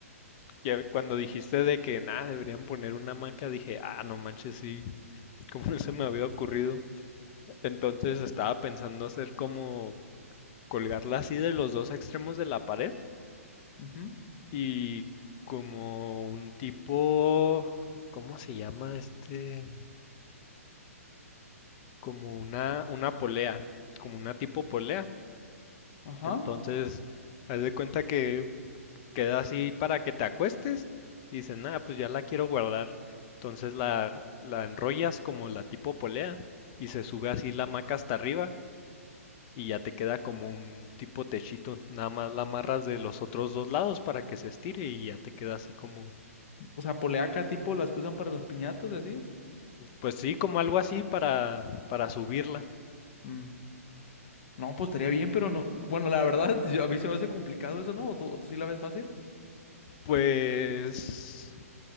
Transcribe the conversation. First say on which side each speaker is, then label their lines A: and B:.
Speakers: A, on the left (about 35°); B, on the left (about 50°).
A: ya cuando dijiste de que nada, deberían poner una hamaca, dije, ah, no manches, sí. como no se me había ocurrido. Entonces estaba pensando hacer como colgarla así de los dos extremos de la pared
B: ujú,
A: y como un tipo, ¿cómo se llama este? Como una, una polea, como una tipo polea.
B: Ajá.
A: Entonces, haz de cuenta que queda así para que te acuestes y dices, nada, pues ya la quiero guardar. Entonces la, la enrollas como la tipo polea y se sube así la hamaca hasta arriba y ya te queda como un tipo techito, nada más la amarras de los otros dos lados para que se estire y ya te queda así como,
B: O sea, poleaca tipo las que usan para las piñatas y así.
A: pues sí, como algo así para, para subirla.
B: Mm, No, pues estaría bien, pero no. Bueno, la verdad, <laughs> yo- a mí se me hace complicado eso, ¿no? ¿O tú, o tú sí la ves fácil?
A: Pues